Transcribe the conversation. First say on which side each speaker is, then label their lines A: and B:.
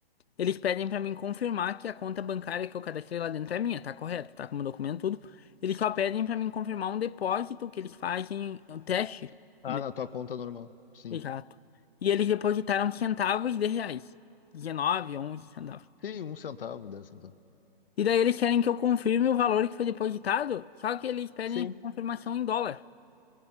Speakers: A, on the left (about 80°); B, on the left (about 65°).
A: Eles pedem pra mim confirmar que a conta bancária que eu cadastrei lá dentro é minha, tá correto, tá com o meu documento tudo. Eles só pedem pra mim confirmar um depósito que eles fazem, um teste.
B: Ah,
A: Um de-
B: na tua conta normal. Sim.
A: Exato. E eles depositaram centavos de reais. 19, 11 centavos.
B: Sim, um centavo, dez centavos.
A: E daí eles querem que eu confirme o valor que foi depositado, só que eles pedem
B: Sim.
A: a confirmação em dólar,